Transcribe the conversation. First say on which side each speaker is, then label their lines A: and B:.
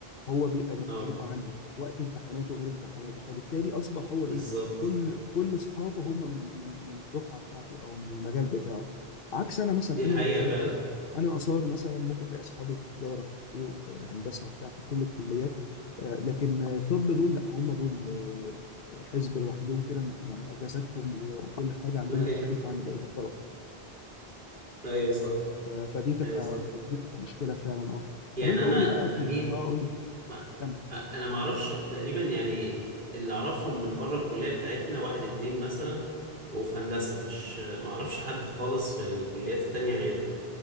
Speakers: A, on the left (about 65°); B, on the right (about 55°).
A: هو بيبقى مختلف
B: أه
A: عني وقت امتحاناته غير امتحاناتي فبالتالي اصبح هو
B: بالظبط
A: ايه كل كل اصحابه هم من من من الدفعه بتاعته او من المجال بتاعه عكس انا مثلا
B: دي الحقيقة
A: انا خريج
B: فعلا
A: كليات انا اثار مثلا ممكن تلاقي اصحابي في تجاره في حقوق في هندسه بتاع في كل الكليات آه، لكن آه، طب دول لا هم دول آه، حزب لوحدهم كده يعني اجازاتهم و- وكل حاجه عندهم
B: <laughs>
A: مختلفه عن بقيه الطلبه
B: ايوه صح
A: ف- فدي تبقى
B: ايوه صح
A: دي تبقى مشكله فعلا اه
B: يعني
A: طب انت قول
B: انا
A: لي بقى
B: انا
A: في
B: مين
A: اه قول لي
B: ما
A: كمل
B: انا ما اعرفش تقريبا يعني اللي اعرفهم من بره الكليه بتاعتنا واحد اتنين مثلا وفي هندسه مش ما اعرفش حد خالص في الكليات التانية غيرك